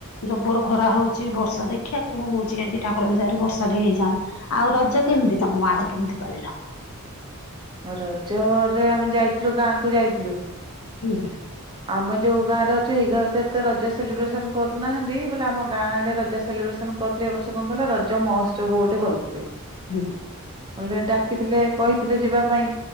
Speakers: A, on the left; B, on the right.
A: ଜବର ଖରା ହଉଛି ବର୍ଷା ଦେଖିବା କଣ ହଉଛି ଆ ଜି, ଠାକୁର ଦୟାରୁ ବର୍ଷା ଟିକେ ହେଇଯନ୍ତା, ଆଉ ରଜ କେମିତି ତମ ଆଡେ କେମିତି ପାଳିଲ?
B: ରଜରେ ଆମେ ଯାଇଥିଲୁ ଗାଁକୁ ଯାଇଥିଲୁ
A: ହୁଁ
B: ଆମେ ଯୋଉ ଗାଁରେ ଅଛିଇ ଘରେ ତ ଏତେ ରଜା ସେଲିବ୍ରେସନ କରୁନାହାନ୍ତି, ବୋଲେ ଆମ ଗାଁ ଆଡେ ରଜା ସେଲିବ୍ରେସନ କରୁଥିଲେ ଏ ବର୍ଷ କଣ କହିଲ ରଜ ମହୋତ୍ସବ ଗୋଟେ କରୁଥିଲେ,
A: ହୁଁ
B: ବଲେ ଡାକିଥିଲେ କହିଥିଲେ ଯିବା ପାଇଁ।